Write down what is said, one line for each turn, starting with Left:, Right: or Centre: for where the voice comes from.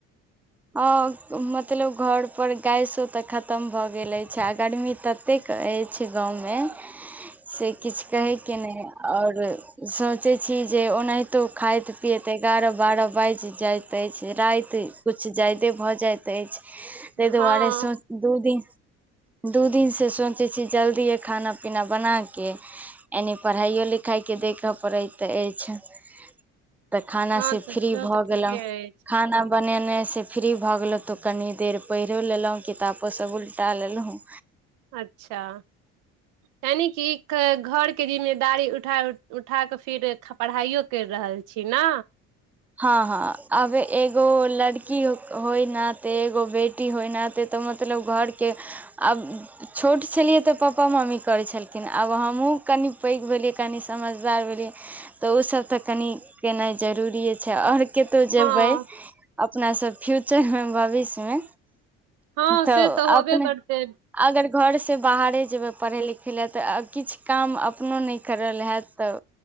Centre: हँ मतलब घर पर गैसो तऽ खतम भऽ गेल अछि आ गर्मी तऽ केतेक अछि गाँवमे से किछु कहैके नय आओर सोचैत छी जे ओनाहितो खाइत पियैत एगारह बारह बाजि जाइत अछि राति कुछु जायदे भऽ जाइत अछि तै
Right: हँ
Centre: दुआरे सोंच दू दिन दू दिनसँ सोचै छी जल्दीए खाना पीना बनाके एनि पढ़ाइओ लिखाइके देख पड़ैत अछि तऽ खाना
Right: हँ
Centre: से
Right: तऽ
Centre: फ्री भऽ
Right: तऽ ठीके
Centre: गेलौं
Right: अछि
Centre: खाना बनेने से फ्री भऽ गेलौं तऽ कनि देर पढ़ियो लेलौं किताबो सभ उल्टा लेलौं
Right: अच्छा
Centre: <inaudible>
Right: यानि कि घर के जिम्मेवारी उठा- उठाके फीर पढ़ाइयो करि रहल छी न
Centre: हँ हँ आब एगो लड़की होय नाते एगो बेटी टी होइ नाते तऽ मतलब घरके आब छोट छेलियै तऽ पापा मम्मी करै छेलखिन आब हमहूँ कनि पैघ भेलियै कनि समझदार भेलियै तऽ उसभ तऽ कनि केनाइ जरूरीये छै आओर केतौ जेबै
Right: हँ
Centre: अपनासभ फ्यूचरमे भविष्यमे
Right: हँ
Centre: तऽ
Right: से होबे
Centre: अपने
Right: करतै
Centre: अगर घरसै बाहरे जेबै पढ़ै लिखै ले तऽ किछु काम अपनो नय करल हैत तऽ